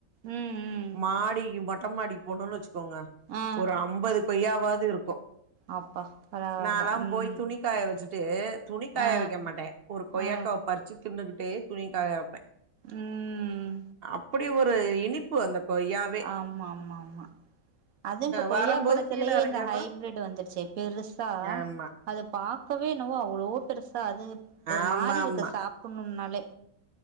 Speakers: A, on the right; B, on the right.
A: ம் ம்
B: மாடிக்கு மொட்டமாடிக்கு போனுன்னு வச்சுக் அ
A: ஆ
B: ஒரு ஐம்பது கொய்யா வாது இருக்கு
A: அப்பா பரவால்ல
B: நாலா
A: ம்
B: போய் துணி காய வச்சுட்டு துணிக்காய
A: ஆ
B: வெக்க மாட்ட ஒரு கொய்யாக்காவ
A: ஆ
B: பறிச்சு தின்னுகிட்டே துணி காய வெப்ப
A: ம்
B: அப்படி ஒரு இனிப்பு அந்த கொய்யாவே
A: அம்மா அம்மா அம்மா அதூ இப்ப கொய்யாப்பழத்துலயே
B: வரம்போது கீழ எறங்கியப்ப
A: இந்த ஹைபிரிட் வந்துருச்சு பெருசா
B: ஆமா
A: அத பாக்கவே என்னவோ அவ்ளோ பெருசா அது ஒரு
B: ஆமா
A: மாரி இருக்கு
B: ஆமா
A: சாப்புன்னுனாலே